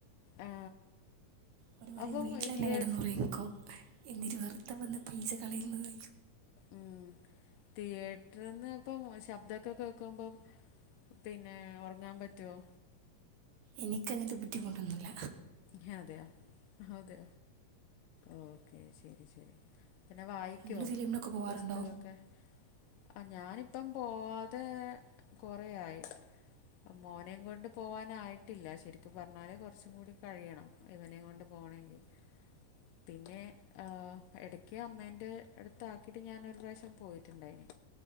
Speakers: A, on the left (about 80°); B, on the right (about 70°).
A: ആ,
B: ഓര് പറയും
A: അപ്പം
B: വീട്ടിലന്നെ
A: തിയേ
B: കെടന്നുറങ്ങിക്കോ എന്തിന് വെറുതെ വന്ന് പൈസ കളയുന്നത്
A: ഉം തിയേറ്റർന്നപ്പം ശബ്ദൊക്കെ കേക്കുമ്പം പിന്നെ ഒറങ്ങാൻ പറ്റുവോ
B: എനിക്കങ്ങത്തെ ബുദ്ധിമുട്ടൊന്നുല്ല
A: ഹതയ ഹത് ഓക്കെ ശരി ശരി പിന്നെ വായിക്കൊ
B: നിങ്ങൾ ഫിലിമിനൊക്കെ പോവാറുണ്ടോ
A: പുസ്തകൊക്കെ അ ഞാനിപ്പം പോവാതെ കൊറെയായി മോനെയും കൊണ്ട് പോവാനായിട്ടില്ല ശരിക്കും പറഞ്ഞാല് കൊറച്ചും കൂടി കഴിയണം ഇവനെയും കൊണ്ട് പോണെങ്കിൽ പിന്നെ ആഹ് എടക്ക് അമ്മേന്റെ അടുത്താക്കിട്ട് ഞാൻ ഒരു പ്രാവശ്യം പോയിട്ടുണ്ടായിന്